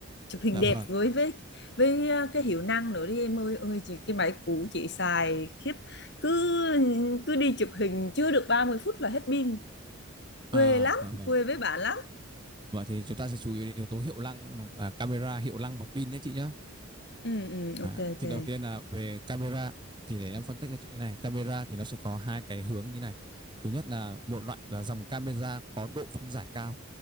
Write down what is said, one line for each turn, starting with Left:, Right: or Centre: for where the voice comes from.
Left: chụp hình
Right: dạ
Left: đẹp
Right: vâng
Left: với với với ờ, cái hiệu năng nữa đi em ơi ơi chị cái máy cũ chị xài khiếp cứ cứ đi chụp hình chưa được 30 phút là hết pin quê
Right: à
Left: lắm
Right: dạ vâng
Left: quê với bạn lắm
Right: vậy thì chúng ta sẽ chú ý đến yếu tố hiệu năng à, camera hiệu năng và pin nhé chị nhé
Left: ừ ừ
Right: À,
Left: ok ok
Right: thì
Left: ừ
Right: đầu tiên là về camera thì để em phân tích cho chị này camera thì nó sẽ có hai cái hướng như này thứ nhất là một loại là dòng camera có độ phân giải cao